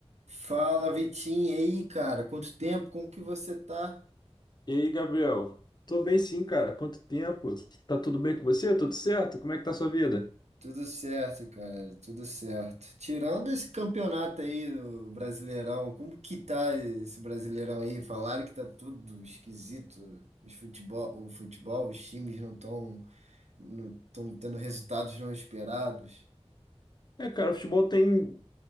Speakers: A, on the right (about 85°); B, on the left (about 40°).
A: Fala, Vitinho, e aí, cara? Quanto tempo? Como que você tá?
B: E aí, Gabriel? Tô bem sim, cara. Quanto tempo? Tá tudo bem com você? Tudo certo? Como é que tá a sua vida?
A: Tudo certo, cara, tudo certo. Tirando esse campeonato aí, o Brasileirão, como que tá esse Brasileirão aí? Falaram que tá tudo esquisito. Os futebol, o futebol, os times não estão não tão tendo resultados não esperados.
B: É, cara, o futebol tem.